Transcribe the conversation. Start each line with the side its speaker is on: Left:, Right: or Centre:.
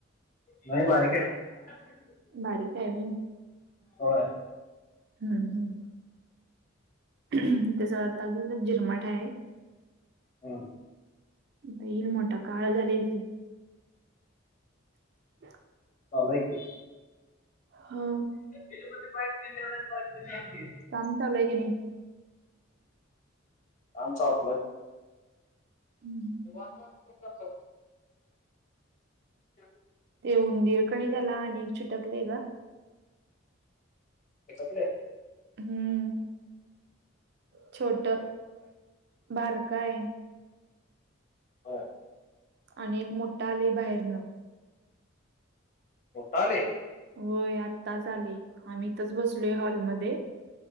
Left: नाय बारीक हाय
Right: बारीक आहे व्हय
Left: होय.
Right: हम्म हम् आता झिरमाठा हाय.
Left: हम्.
Right: आता इल मोठा काळ झालय लय. <inaudible>
Left: चालू हाय की.
Right: हा.
Left: <unintelligible>
Right: काम चालूय की नाय?
Left: काम चालूय.
Right: हम्म.
Left: <unintelligible> <inaudible>
Right: ते उंदीर कनाय त्याला आणि एक चिटकलग.
Left: चिटकलय?
Right: हम्म. छोट बारक हाय.
Left: होय.
Right: आणि एक मोठा आलय बाहेरनं.
Left: मोठ आलय?
Right: होय आताच आलय आम्ही इथच बसलोय हॉलमध्ये.